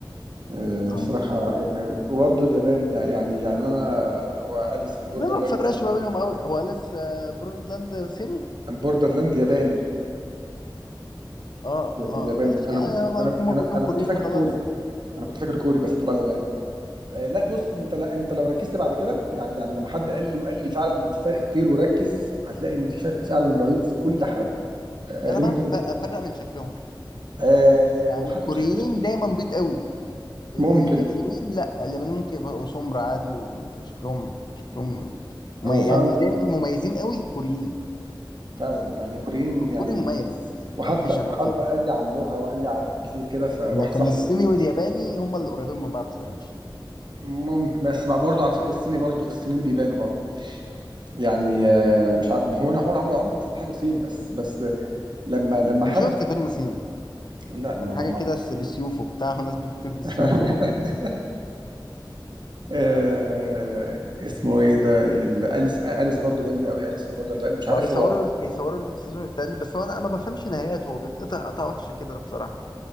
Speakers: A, on the right; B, on the left.
A: آه
B: اه
A: الصراحه عجبني قوي وبرده الياباني يعني يعني انا اللي هو اليس ان بوردرلاند
B: انا ما بفرقش
A: ده
B: ما بينهم قوي هو لسه بروندلاند صيني
A: بوردرلاند ياباني
B: اه
A: ي- ياباني
B: اه ماشي
A: انا
B: يعني
A: كنت انا
B: هم
A: انا
B: كلهم
A: انا
B: كوريين
A: كنت فاكر
B: وخلاص
A: كوري انا كنت فاكر كوري بس طلع ياباني آه لا بص انت لا انت لو ركزت بعد كده يعني يعني لما حد قال لي وقال لي فعلا ان في فرق كبير وركز هتلاقي ان في فرق فعلا رهيب في كل حاجه آه
B: ده انا
A: انت
B: بعرف أف- افرق من شكلهم
A: آه
B: يعني
A: وحتى
B: الكوريين
A: في شك...
B: دايما بيض قوي ال-
A: ممكن
B: اليابانيين لا اليابانيين ممكن يبقوا سمر عادي وشكلهم شكلهم ممي-
A: هو فعلا
B: يعني اللي دايما مميزين قوي كوريين
A: فعلا يعني كوريين
B: الكوري
A: يعني
B: مميز
A: وحتى
B: ما فيش عيب
A: وحتى
B: فيه
A: قال لي على اللغه وقال لي على حاجات كتير كده فواحد
B: لكن
A: صاحبي
B: الصيني والياباني هما اللي قريبين من بعض شويه ماشي
A: ممكن بس بقى برضه على فكره الصيني برضه الصينيين بيبانوا برضه يعني آه، مش عارف هو انا هو انا عمري عمري ما شفت حاجه صيني بس بس لما لما
B: انا
A: حد
B: شفت فيلم صيني
A: لا ما
B: كان حاجه
A: ما ما
B: كده س- بالسيوف وبتاع وناس بتطير بالسيوف
A: <laughs>
B: وحوار.
A: آه، اسمه ايه ده ال- اليس اليس برضه جامد قوي اليس الموردر لان مش عارف
B: ما بيصوروا
A: هو
B: بيصوروا السيزون التالت بس هو انا ما بفهمش نهايته هو بيتقطع قطع وحشه كده بصراحه